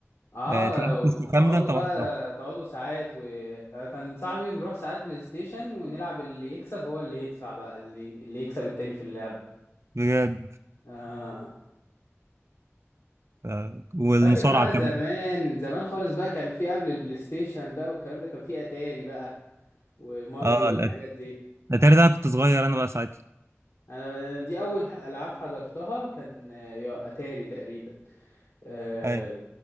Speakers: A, on the left; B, on the right.
A: اه
B: آه، تلعب قصه كامله
A: تقعدوا
B: انت
A: بقى
B: وواحد صاحبك
A: تقعدوا ساعات و أنا كان صاحبي نروح ساعات بلاي ستيشن ونلعب اللي يكسب هو اللي يدفع بقى اللي اللي يكسب التاني في اللعبه
B: بجد
A: اه
B: آه، والمصارعه
A: فاكر بقى زمان
B: كمان
A: زمان خالص بقى كان في قبل البلاي ستيشن بقى والكلام ده كان في اتاري بقى وماريو
B: اه
A: والحاجات
B: الأت-
A: دي
B: الاتاري ده انا كنت صغير انا بقى ساعتها
A: انا دي اول العاب حضرتها كان آه، يا اتاري تقريبا آه،
B: ايوه